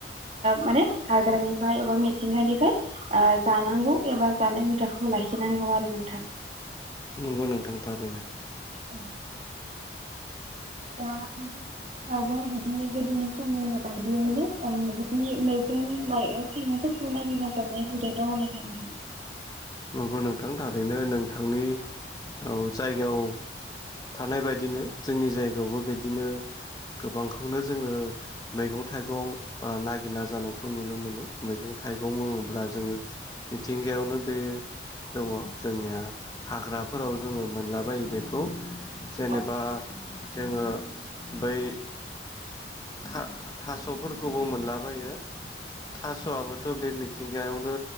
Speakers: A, on the right; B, on the left.
A: माने हाग्रानिफ्राय एबा मिथिंगानिफ्राय ओ जानांगौ एबा जानाय हुदाखौ लाखिनांगौ आरो नोंथां ।
B: नंगौ नोंथां थारैनो ।
A: औ दा दावबो बिदि गोदोनि सम बायदियैनो बिदि मैगं माइ संनाय जायो <unintelligible>
B: नंगौ नोंथां थारैनो नोंथांनि औ जायगायाव थानाय बायदिनो जोंनि जायगायावबो बिदिनो गोबांखौनो जोङो मैगं-थाइगं आ नागिरना जानायखौ नुनो मोनो । मैगं-थाइगं बुङोब्ला जोङो मिथिंगायावनो बे दङ जोंनिया हाग्राफोराव जोङो मोनलाबायो बेखौ जेनेबा
A: औ
B: आ जोङो बै था थास'फोरखौबो मोनलाबायो थास'आबो थ' बे मिथिंगायावनो